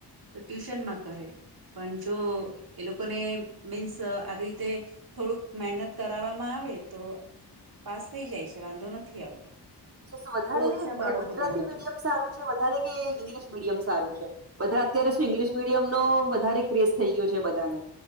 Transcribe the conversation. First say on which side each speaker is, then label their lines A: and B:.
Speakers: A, on the right; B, on the right.
A: તો ટ્યુશનમાં કરે પન જો એ લોકોને મીન્સ આવી રીતે થોડુંક મહેનત કરાવવામાં આવે તો પાસ થઈ જાય છે વાંધો નથી આવતો.
B: સુશ વધારે
A: બહુ ઓછા બાળકો
B: ગુજરાતી
A: બુઆ
B: મીડિયમ
A: રે
B: સારું છે વધારે કે ઇંગ્લિશ મીડિયમ સારું છે. બધા અત્યારે શું ઇંગ્લિશ મીડિયમ નો વધારે ક્રેઝ થઈ ગયો છે બધાને